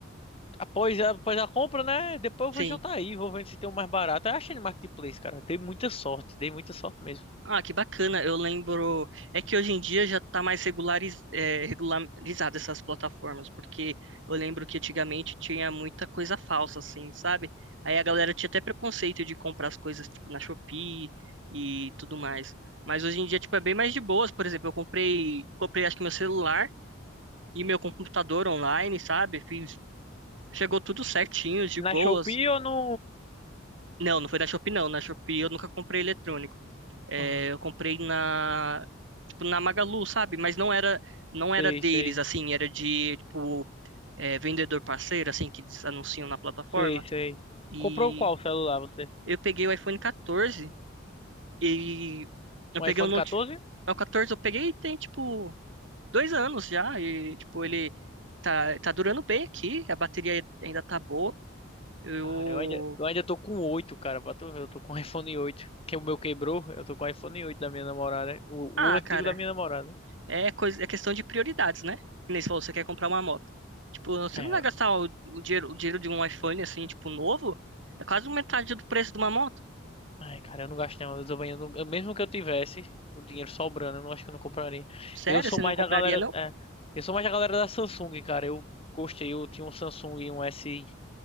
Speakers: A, on the left; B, on the right.
A: após, a- após a compra, né, depois eu vejo
B: Sim.
A: outra aí, vou vendo se tem um mais barato. Eu achei no Marketplace, cara, dei muita sorte, dei muita sorte mesmo.
B: Ah, que bacana. Eu lembro. É que hoje em dia já tá mais regulariz... é, regularizado essas plataformas, porque eu lembro que antigamente tinha muita coisa falsa, assim, sabe? Aí a galera tinha até preconceito de comprar as coisas, tipo, na Shopee e tudo mais. Mas hoje em dia, tipo, é bem mais de boas. Por exemplo, eu comprei, comprei acho que meu celular e meu computador online, sabe? Fiz... Chegou tudo certinho, de boas.
A: Na Shopee ou no...
B: Não, não foi da Shopee, não. Na Shopee eu nunca comprei eletrônico. É,
A: Ah,
B: eu comprei na, tipo, na Magalu, sabe? Mas não era, não era
A: sei,
B: deles,
A: sei,
B: assim, era de, tipo, é, vendedor parceiro, assim, que eles anunciam na plataforma.
A: sei, sei.
B: E
A: Comprou qual celular você?
B: eu peguei o iPhone 14 e eu
A: Um
B: peguei
A: iPhone
B: o Note.
A: 14?
B: é, O 14 eu peguei e tem, tipo, dois anos já. E, tipo, ele tá, tá durando bem aqui, a bateria ainda tá boa. Eu.
A: Cara, eu ainda, eu ainda tô com oito cara, pra tu ver, eu tô com <laughs> o iPhone oito que o meu quebrou, eu tô com o iPhone oito da minha namorada, o,
B: Ah,
A: o antigo
B: cara.
A: da minha namorada.
B: É, coisa, é questão de prioridades, né? Que nem você falou, você quer comprar uma moto. Tipo, você
A: É,
B: não vai gastar o, o dinheiro, o dinheiro de um iPhone, assim, tipo, novo. É quase metade do preço de uma moto.
A: ai, cara, eu não gasto não, eu também, eu não- eu- mesmo que eu tivesse o dinheiro sobrando, eu não acho que eu não compraria.
B: Sério,
A: Eu sou
B: você
A: mais
B: não compraria,
A: da galera,
B: não?
A: é, eu sou mais da galera da Samsung, cara, eu gostei, eu tinha um Samsung, um S,